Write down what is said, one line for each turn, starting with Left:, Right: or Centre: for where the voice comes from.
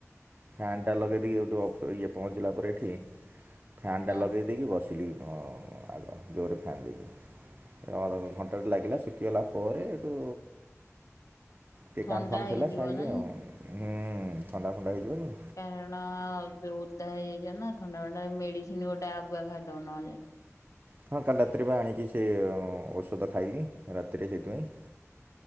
Right: ଫ୍ୟାନ୍ ଟା ଲଗେଇ ଦେଇକି ଏଉଠି ଅଫ ଇଏ ପହଞ୍ଚିଲା ପରେ ଏଠି ଫ୍ୟାନ୍ଟା
Left: ହଁ
Right: ଲଗେଇ ଦେଇକି ବସିଲି। ହଁ ଆଗ ଜୋରରେ ଫ୍ୟାନ୍ ଦେଇକି। ଅଳ ଘଣ୍ଟା ଲାଗିଲା ଶୁଖିଗଲା ପରେ ହେଠୁ। ଟିକେ
Left: ଥଣ୍ଡା
Right: କାମ ଫାମ
Left: ହେଇଯିବ
Right: ଥିଲା ଶାଇଲି
Left: ନାଇଁ
Right: ଆଉ ହୁଁ ଥଣ୍ଡା ଫଣ୍ଡା ହେଇଯିବନି।
Left: କାରଣ ଯୋଉ ଓଦା ହେଇଯାଇଚ ନା ଥଣ୍ଡା ଫଣ୍ଡା ମେଡିସିନ ଗୋଟେ ଆଗୁଆ ଖାଇଦବ ନହେଲେ।
Right: ହଁ କାଲି ରାତିରେ ବା ଆଣିକି ସେ ଔଷଧ ଖାଇଲି ରାତିରେ ସେଇଥିପାଇଁ।